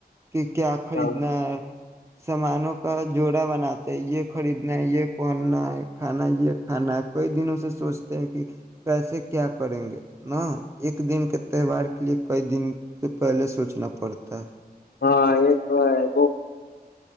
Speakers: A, on the right; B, on the left.
A: کہ کیا خریدنا
B: ہاں
A: ہے سامانوں کا جوڑا بناتے ہیں یہ خریدنا ہے یہ پہننا ہے کھانا یہ کھانا ہے کئی دنوں سے سوچتے ہیں کہ کیسے کیا کریں گے ن ایک دن کے تہوار کے لیے کئی دن سے پہلے سوچنا پڑتا ہے
B: ہاں یہ تو ہے